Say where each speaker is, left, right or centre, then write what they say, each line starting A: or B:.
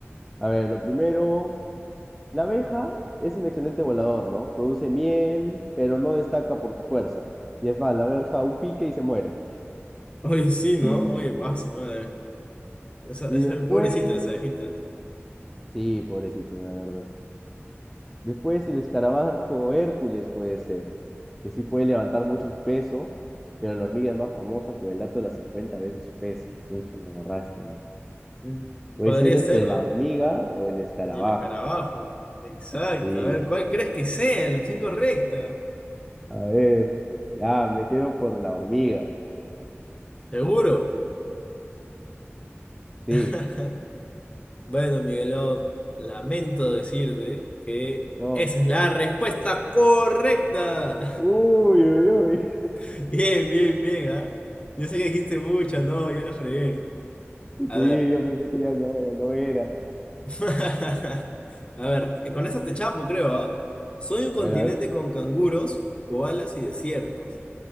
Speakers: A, in the centre; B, on the left.
A: a ver, lo primero, la abeja es un excelente volador, ¿no? Produce miel, pero no destaca por su fuerza. Y es más, la abeja un pique y se muere. <gasps>
B: Oye, sí, ¿no?
A: <laughs>
B: Oye, va, su madre. Esa,
A: Y
B: esa-
A: después,
B: pobrecita, las abejitas.
A: sí, pobrecito, la verdad. Después el escarabajo Hércules puede ser, que sí puede levantar mucho su peso, pero la hormiga es más famosa por el dato de las 50 veces su peso. Pucha, me agarraste ahí.
B: Mm,
A: Puede
B: Podría
A: ser entre
B: ser, ¿no?
A: la hormiga o el escarabajo.
B: Y el escarabajo. Exacto.
A: Sí,
B: A ver, ¿cuál crees que sea la opción correcta?
A: a ver, ya, me quedo por la hormiga.
B: Seguro.
A: Sí,
B: <laughs> Bueno, Miguelón, lamento decirte que
A: no.
B: esa es la respuesta correcta.
A: Uy, uy, uy.
B: <laughs> Bien, bien, bien, ¿ah? Yo sé que dijiste mucha no, ya la fregué.
A: <laughs>
B: A
A: Sí,
B: ver.
A: yo pensé que ya no, ya no era.
B: <laughs> A ver, eh, con esa te chapo, creo, ¿ah? Soy un continente
A: A ver, a ver.
B: con canguros, koalas y desiertos.